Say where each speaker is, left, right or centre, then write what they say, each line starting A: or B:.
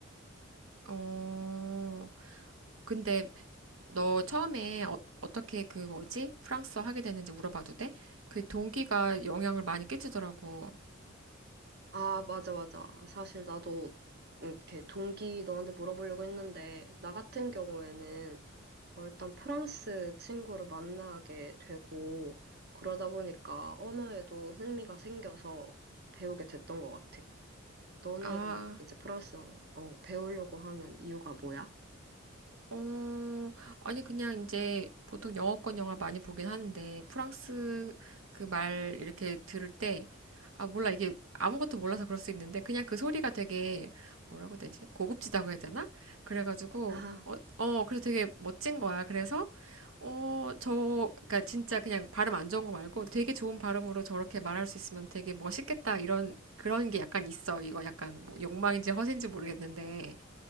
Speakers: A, on the right; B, on the right.
A: 어, 근데 너 처음에 어, 어떻게 그 뭐지? 프랑스어 하게 됐는지 물어봐도 돼? 그 동기가 영향을 많이 끼치더라고.
B: 아, 맞아, 맞아. 사실 나도 이렇게 동기 너한테 물어보려고 했는데, 나 같은 경우에는 어, 일단 프랑스 친구를 만나게 되고, 그러다 보니까 언어에도 흥미가 생겨서 배우게 됐던 것 같아. 너는
A: 아,
B: 이제 프랑스어 어, 배우려고 하는 이유가 뭐야?
A: 어, 아니, 그냥 이제 보통 영어권 영화 많이 보긴 하는데, 프랑스 그 말 이렇게 들을 때, 아, 몰라. 이게 아무것도 몰라서 그럴 수 있는데, 그냥 그 소리가 되게, 뭐라고 해야 되지? 고급지다고 해야 되나? 그래가지고,
B: 아,
A: 어, 어, 그래서 되게 멋진 거야. 그래서, 어, 저, 그니까 진짜 그냥 발음 안 좋은 거 말고 되게 좋은 발음으로 저렇게 말할 수 있으면 되게 멋있겠다. 이런, 그런 게 약간 있어. 이거 약간 뭐 욕망인지 허세인지 모르겠는데.